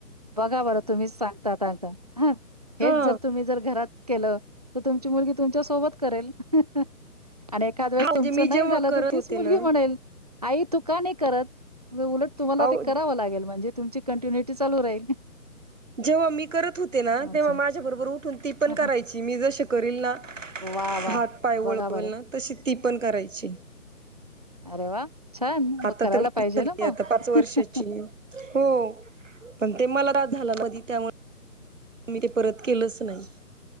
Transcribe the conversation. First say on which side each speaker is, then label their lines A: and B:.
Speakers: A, on the right; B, on the right.
A: बघा बरं तुम्हीच सांगता त आता हा. हेच
B: हा
A: जर. तुम्ही जर. घरात केलं. तर तुमची मुलगी तुमच्या सोबत करेल हा हा... आणि एखाद वेळेस
B: हा म्हणजे
A: तुमचं
B: मी
A: नाही
B: जेव्हा
A: झालं.
B: करत
A: तर तीच
B: होते
A: मुलगी
B: ना
A: म्हणेल आई तू का नाही करत? उलट तुम्हाला
B: अहो
A: ते करावं लागेल म्हणजे तुमची कंटिन्युटी चालू राहील.
B: जेव्हा मी करत होते ना. तेव्हा
A: असं.
B: माझ्या बरोबर उठून ती पण
A: हां,
B: करायची.
A: हां.
B: मी जसे करील ना.
A: वाह! वाह!
B: हात पाय
A: बघा
B: वळवेल
A: बरं.
B: ना. तशी ती पण करायची.
A: अरे वा. छान
B: आता
A: मग करायला
B: तर मोठी
A: पाहिजे
B: झाली
A: ना मग.
B: आता पाच वर्षाची
A: हा हा.
B: हो पण ते मला त्रास झाला. मधी त्यामुळे मी ते परत केलंच नाही.